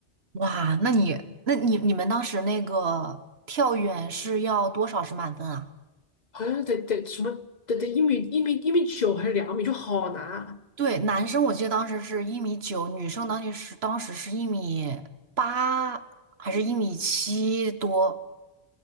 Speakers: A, on the right (about 65°); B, on the left (about 45°).
A: 哇，那你那你你们当时那个跳远是要多少是满分啊？
B: <laughs> 好像得得什么得得一米一米一米九还是两米，就好难啊。
A: 对，男生我记得当时是一米九，女生当时是当时是一米八还是一米七多？